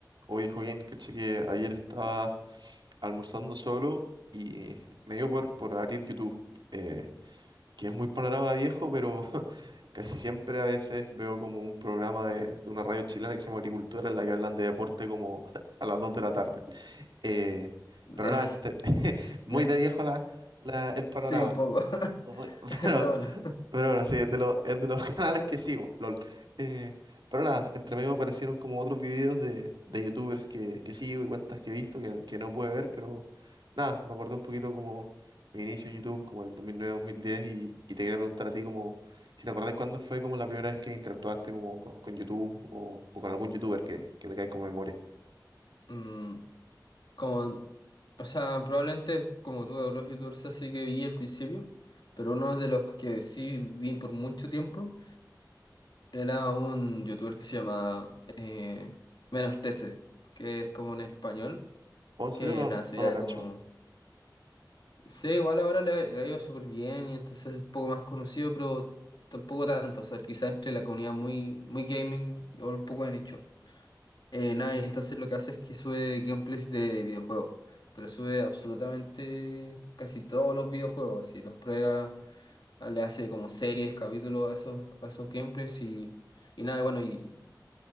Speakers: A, on the right; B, on the left.
A: Oye, Joaquín, caché que ayer estaba almorzando solo y me dio por, por abrir YouTube, eh, que es muy panorama viejo, pero <laughs> casi siempre a veces veo como un programa de, de una radio chilena que se llama Agricultura, en la que hablan de deporte como <laughs> a las 2 de la tarde. Eh,
B: <laughs>
A: pero nada, te- <laughs> muy
B: Ya.
A: de viejo la, la- el panorama.
B: Sí, un poco. <laughs>
A: Voy- <laughs>
B: Pero
A: Pero,
B: bueno.
A: pero bueno, sí, es de los, es de los <laughs> canales que sigo, LOL. Eh, pero nada, entre medio me aparecieron como otros videos de, de youtubers que, que sigo y cuentas que he visto que, no- que no pude ver, pero nada, me acordé un poquito como mi inicio en YouTube, como el dos dos mil nueve mil diez y, y te quería preguntar a ti como si te acordás cuándo fue como la primera vez que interactuaste como con, con YouTube o, o con algún youtuber que, que tengáis como memoria.
B: Mm, como, o sea, probablemente como tuve Dolores y Dulce, sí que vi al principio, pero uno de los que sí vi por mucho tiempo era un youtuber que se llama eh, Menos 13, que es como en español,
A: ¿O en serio
B: que
A: no,
B: nada, sería
A: no lo cacho?
B: como... Sí, igual ahora le, le ha ido súper bien y entonces es un poco más conocido, pero tampoco tanto, o sea, quizás entre la comunidad muy, muy gaming o un poco de nicho. Eh, nada, y entonces lo que hace es que sube gameplays de videojuegos, pero sube absolutamente casi todos los videojuegos, y los prueba, ah, le hace como series, capítulos a esos, a esos gameplays y, y nada, y bueno, y,